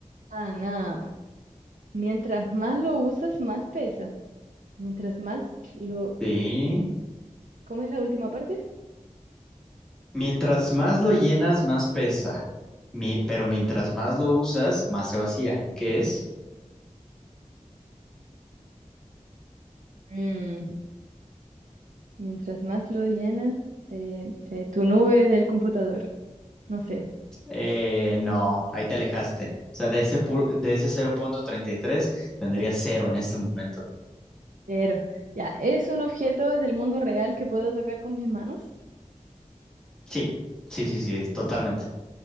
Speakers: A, on the right; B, in the centre.
A: Ah, nada. Mientras más lo usas, más pesa. Mientras más lo...
B: Sí.
A: ¿Cómo es la última parte?
B: Mientras más lo llenas, más pesa. Mi- pero mientras más lo usas, más se vacía. ¿Qué es?
A: Mm, Mientras más lo llenas, eh, eh, tu nube del computador, no sé.
B: Eh, no, ahí te alejaste. O sea, de ese, pu- de ese cero coma treinta y tres tendría cero en este momento.
A: Pero, ya, ¿es un objeto del mundo real que puedo tocar con mis manos?
B: Sí, sí, sí, sí, totalmente.